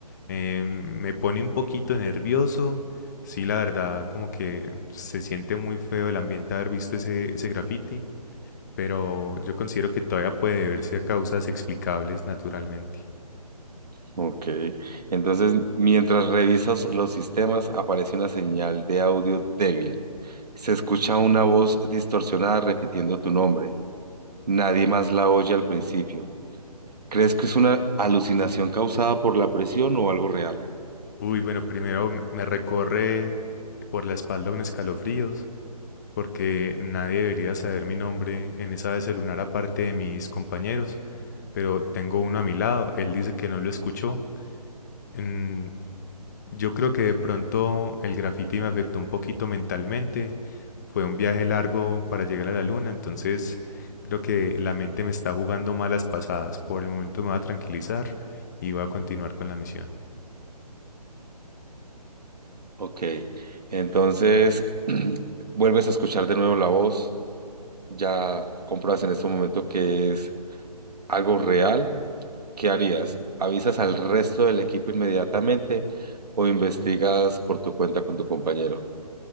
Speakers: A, on the left; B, on the right.
A: Eh, me pone un poquito nervioso. Sí, la verdad, como que se siente muy feo el ambiente haber visto ese, ese graffiti, pero yo considero que todavía puede deberse a causas explicables naturalmente.
B: Ok. Entonces, mientras revisas los sistemas, aparece una señal de audio débil. Se escucha una voz distorsionada repitiendo tu nombre. Nadie más la oye al principio. ¿Crees que es una alucinación causada por la presión o algo real?
A: Uy, bueno, primero me me recorre eh, por la espalda un escalofríos, porque nadie debería saber mi nombre en esa vez el lunar aparte de mis compañeros, pero tengo uno a mi lado, él dice que no lo escuchó. Mm, yo creo que de pronto el graffiti me afectó un poquito mentalmente, fue un viaje largo para llegar a la luna, entonces creo que la mente me está jugando malas pasadas. Por el momento me va a tranquilizar y voy a continuar con la misión.
B: Ok. Entonces, <clears throat> vuelves a escuchar de nuevo la voz. ya compruebas en este momento que es algo real, ¿qué harías? ¿Avisas al resto del equipo inmediatamente o investigas por tu cuenta con tu compañero?